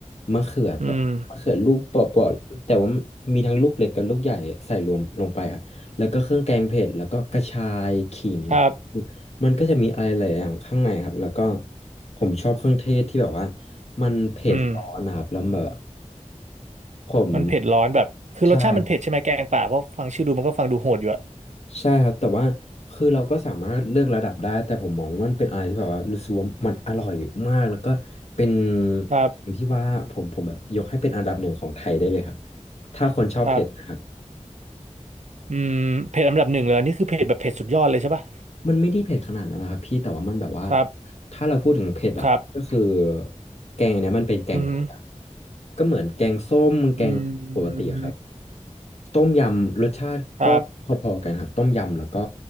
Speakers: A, on the left; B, on the right.
A: มะเขือแต่มะเขือลูกเปราะๆแต่ว่ามีทั้งลูกเล็กกับลูกใหญ่ใส่รวมลงไปครับแล้วก็เครื่องแกงเผ็ดแล้วก็กระชายขิง
B: อืมครับ
A: มันก็จะมีอะไรหลายอย่างข้างในครับแล้วก็ผมชอบเครื่องเทศที่แบบว่ามันเผ็ดร้อนนะครับแล้วแบบ
B: อืม
A: ผม
B: มันเผ็ดร้อนแบบคือรสชาติมันเผ็ดใช่ไหมแกงป่าเพราะฟังชื่อดูมันก็ฟังดูโหดอยู่อะ
A: ใช่ ใช่ครับแต่ว่าคือเราก็สามารถเลือกระดับได้แต่ผมมองว่ามันเป็นอะไรที่แบบว่ารู้สึกว่ามันอร่อยมากแล้วก็เป็น
B: ครับ
A: อย่างที่ว่าผมผมแบบยกให้เป็นอันดับหนึ่งของไทยได้เลยครับถ้าคนชอบเผ็ดนะครับ
B: ครับอืมเผ็ดอันดับหนึ่งเลยอันนี่คือเผ็ดแบบเผ็ดสุดยอดเลยใช่ปะ
A: มันไม่ได้เผ็ดขนาดนั้นนะครับพี่แต่ว่ามันแบบว่า
B: ครับ
A: ถ้าเราพูดถึงเผ็ดอ่ะก็คือ
B: ครับ
A: แกงเนี้ยมันเป็นแกงเผ็ดอ่ะ
B: อืม
A: ก็เหมือนแกงส้มแกงปกติอะครับ
B: อืม
A: ต้มยำรสชาติก็พอๆกันครับต้มยำแล้วก็
B: ครับ